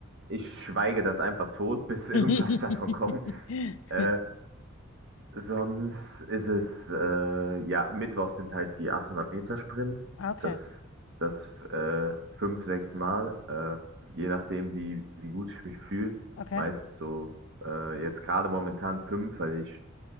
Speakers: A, on the right (about 60°); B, on the left (about 75°).
A: ich schweige das einfach tot, bis <laughs> irgendwas
B: <laughs>
A: davon kommt. Äh, Sonst ist es, äh, ja, Mittwochs sind halt die achthundert meter sprints
B: Okay,
A: das, das äh, fünf, sechs Mal, äh, je nachdem, wie, wie gut ich mich fühle.
B: okay.
A: Meist so, äh, jetzt gerade momentan fünf, weil ich,